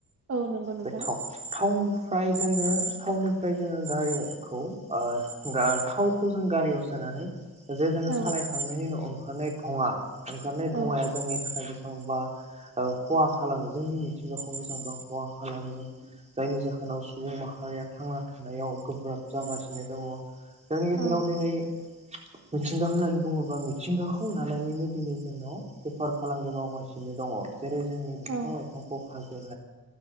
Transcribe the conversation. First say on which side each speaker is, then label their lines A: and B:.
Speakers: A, on the right; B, on the right.
A: औ नंगौ नोंथां
B: बे थाव थावनि फ्राय जोङो थाावनिफ्राय जोङो गारिखौ। ओ गार थावखौ जों गारियाव सोनानै। जे जों
A: औ
B: सालायखांनायनि उनाव ओंखारनाय धङा ओंखारनाय
A: औ
B: धङाया जोंनि थाखाय बेस <unintelligible> खहा खालामो जोंनि मिथिंगाखौ बेसेबांबा खहा खालामो जायनि जाहोनाव सुबुं माहारिया थांना थानायाव गोब्राब जागासिन सिनो दङ। जोंनि गेजेराव
A: औ
B: दिनै मिथिंगा होननानै बुङोबा मिथिंगाखौ लानानैनो दिनै जोंनाव बेफार फालांगि मावगासिनो दङ जेरै जोंनि दंफां
A: औ
B: लाइफांखौ हा <unintelligible>